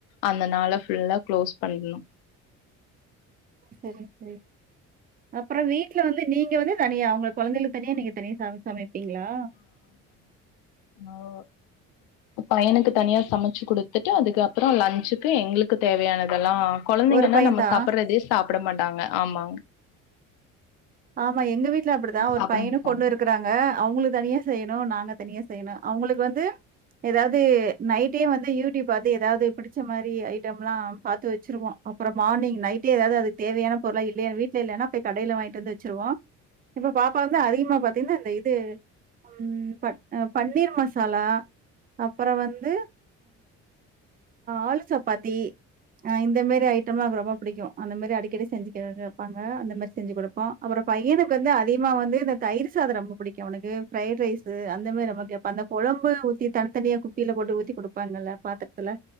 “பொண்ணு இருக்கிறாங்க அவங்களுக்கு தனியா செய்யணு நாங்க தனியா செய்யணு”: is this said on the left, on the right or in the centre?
Right